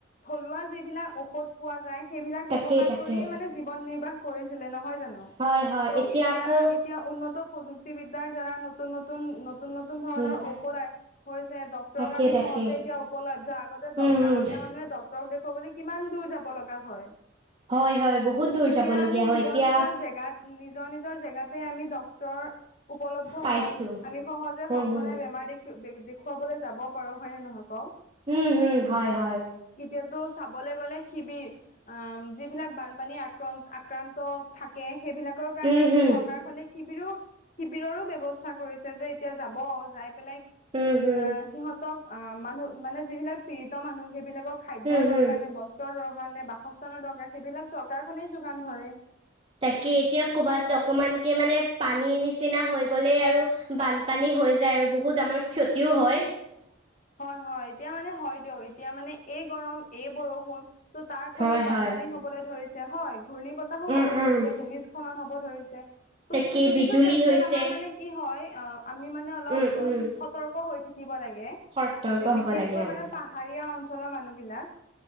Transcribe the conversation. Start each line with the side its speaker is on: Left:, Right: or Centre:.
Left: থলুৱা যিবিলাক ঔষধ পোৱা যায় সেইবিলাক
Right: তাকেই
Left: ব্যৱহাৰ
Right: তাকে
Left: কৰিয়ে মানে জীৱন নিৰ্বাহ কৰিছিলে নহয় জানো,
Right: হয় হয়
Left: ত এতিয়া
Right: আকৌ
Left: এতিয়া উন্নত প্ৰযুক্তি বিদ্যাৰ দ্বাৰা নতুন, নতুন, নতুন, নতুন ধৰণৰ
Right: উম
Left: ঔষধ ডক্তৰৰ
Right: তাকে
Left: আমি
Right: তাকে
Left: সহজে এতিয়া উপলব্ধ, আগতে গাঁৱলীয়া
Right: উম হম
Left: মানুহে ডক্তৰক দেখুৱাবলৈ কিমান দূৰ যাব লগা হয়।
Right: হয় হয় বহুত দূৰ
Left: এতিয়া
Right: যাবলগীয়া
Left: আমি নিজৰ
Right: হয় এতিয়া
Left: নিজৰ জেগাত নিজৰ নিজৰ জেগাতে আমি ডক্তৰ উপলব্ধ
Right: পাইছো
Left: হয়, আমি সহজে সঘনাই
Right: উম হম
Left: বেমাৰ দেখ দেখ খুৱাবলৈ যাব পাৰো হয় নে নহয় ক?
Right: উম উম হয় হয়।
Left: এতিয়াতো চাবলৈ গ'লে শিবিৰ, আ যিবিলাক বানপানী আক্ৰান আক্ৰান্ত থাকে সেইবিলাক কাৰণে
Right: উম
Left: এতিয়া
Right: হম
Left: চৰকাৰখনে শিবিৰো শিবিৰৰো ব্যৱস্থা কৰিছে, যে এতিয়া যাব যাই পেলাই,
Right: উম হম
Left: আহ সিহঁতক অহ মানুহ মানে যিবিলাক পীড়িত মানুহ, সেইবিলাকক খাদ্যৰ
Right: উম হম
Left: দৰকাৰণে বস্তু দৰকাৰ নে বাসস্থানৰ দৰকাৰ, সেইবিলাক চৰকাৰখনেই যোগান ধৰে।
Right: তাকে এতিয়া কৰ'বাত অকমানকে মানে পানীৰ নিচিনা হৈ গ'লেই আৰু বান পানী হৈ যায়, আৰু বহুত আমাৰ ক্ষতি <inaudible>
Left: হয় হয়, এতিয়া মানে হয় দিয়ক, এতিয়া মানে এই গৰম এই বৰষুণ। ত' তাৰ ফলত
Right: হয়
Left: বানপানী
Right: হয়
Left: হ'ব। হ'বলৈ ধৰিছে, হয় ঘূৰ্ণী বতাহো হ'বলৈ
Right: উম উম
Left: ধৰিছে, ভূমিস্খলন হ'ব ধৰিছে।
Right: তাকে
Left: টো' কিছু
Right: বিজুলী
Left: কিছু ক্ষেত্ৰত
Right: হৈছে।
Left: আমাৰ মানে কি হয় আমি মানে অলপ
Right: উম, উম।
Left: সতৰ্ক হৈ থাকিব লাগে।
Right: সতৰ্ক
Left: বিশেষকৈ
Right: হ'ব লাগে
Left: মানে
Right: অ'।
Left: পাহাৰীয়া অঞ্চলৰ মানুহ বিলাক।